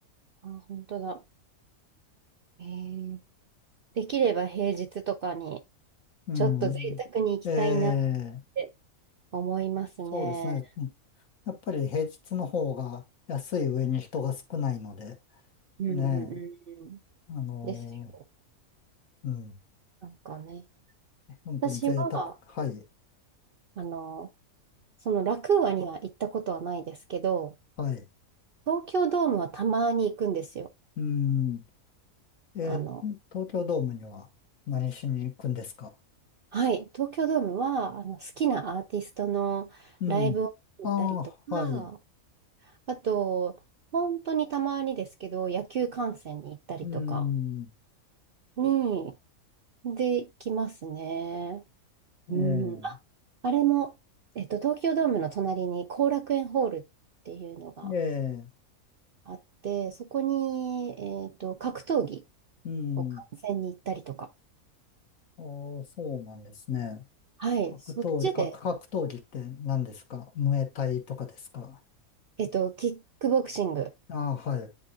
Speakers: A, on the right; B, on the left.
A: あ本当だ。へえ。できれば平日とかに、
B: うん。
A: ちょっと贅沢に行きたいなっ
B: ええ、
A: て思いますね。
B: そうですね。やっぱり平日の方が安い上に人が少ないので、
A: うん、
B: ね
A: うん、うんうん。
B: え、あの
A: ですよ。
B: ーうん、
A: なんかね、
B: 本当に贅沢。
A: 私は、
B: はい、
A: あの、そのラクーアには行ったことはないですけど、
B: はい。
A: 東京ドームはたまに行くんですよ。
B: うん。えー東京ドームには何しに行くんですか
A: あの、はい、東京ドームは、あの、好きなアーティストのライブを行ったりとか、
B: うん。ああ、はい。
A: あと、本当にたまにですけど、野球観戦に行ったりとか
B: うん。
A: に、で、行きますね。
B: ええ、
A: うん。あ、あれも、えっと、東京ドームの隣に後楽園ホールっていうのが、
B: ええ、
A: あって、そこに、えっと、格闘技
B: うん。
A: を観戦に行ったりとか。
B: ああ、そうなんですね。
A: はい、
B: 格闘技、
A: そっちで、
B: 格、格闘技って何ですかムエタイとかですか
A: えっと、キックボクシング、
B: ああ、はい。